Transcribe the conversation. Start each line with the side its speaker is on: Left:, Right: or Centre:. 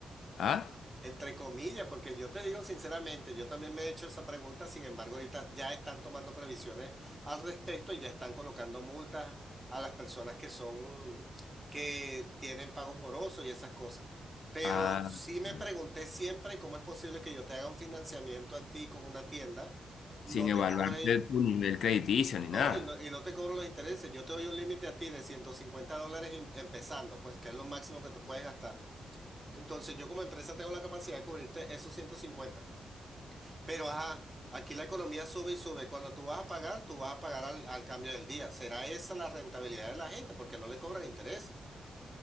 Left: ¿Ah?
Right: Entre comillas, porque yo te digo sinceramente, yo también me he hecho esa pregunta, sin embargo, ahorita ya están tomando previsiones al respecto y ya están colocando multas a las personas que son, que tienen pagos morosos y esas cosas. Pero
Left: Ah,
Right: sí me
Left: claro.
Right: pregunté siempre cómo es posible que yo te haga un financiamiento a ti con una tienda, no
Left: Sin
Right: te
Left: evaluarte
Right: cobre,
Left: tu nivel crediticio ni
Right: no,
Left: nada.
Right: y no, y no te cobro los intereses. Yo te doy un límite a ti de 150 dólares em- empezando, pues, que es lo máximo que tú puedes gastar. Entonces yo como empresa tengo la capacidad de cubrirte esos ciento cincuenta, Pero ajá, aquí la economía sube y sube. Cuando tú vas a pagar, tú vas a pagar al, al cambio del día. ¿Será esa la rentabilidad de la gente? Porque no le cobran intereses.